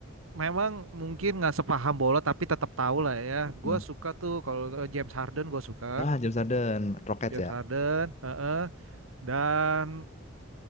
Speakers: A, on the right; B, on the left.
A: memang mungkin nggak sepaham bola tapi tetap tahu lah ya. Gua
B: Hmm.
A: suka tuh kalau eh, James Harden gua suka.
B: Ah James Harden, Rockets
A: James
B: ya,
A: Harden, heeh. Dan